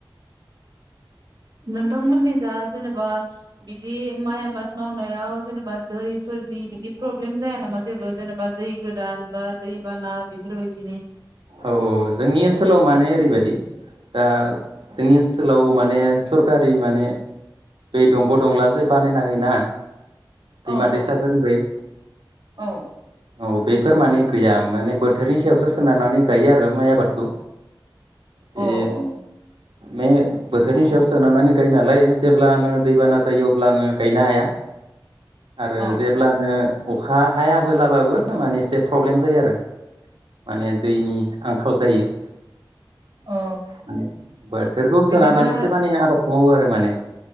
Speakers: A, on the right (about 50°); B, on the right (about 80°).
A: नोंथांमोननि जा जेनेबा बिदि माइ आबाद मावनायाव जेनेबा दैफोरनि बिदि प्रब्लेम जाया नामा जेबो जेनेबा दै गोरान बा दैबाना बेफोरबायदिनि
B: औ औ जोंनि ओनसोलाव माने ओरैबायाददि दा जोंनि ओनसोलाव माने सरखारि माने दै दंग' दंला जे बानायना होयोना दैमा
A: औ
B: दैैसा
A: औ
B: फोरनिफाय
A: औ
B: औ बेफोर माने गैया माने बोथोरनि सायावसो सोनारनानै गायो आरो माइ आबादखौ बे
A: औ औ।
B: मे बोथोरनि सायावसो सोनारनै गायो नालाय जेब्लानो दैबाना जायो अब्लानो गायनो हाया आरो
A: औ
B: जेब्लानो अखा हायाबोलाबाबो माने एसे प्रब्लेम जायो आरो माने दैनि आंखाल जायो
A: औ
B: माने बोथोरखौ
A: बिदिब्ला
B: सोनारनानैसो माने आबादखौ मावो आरो। माने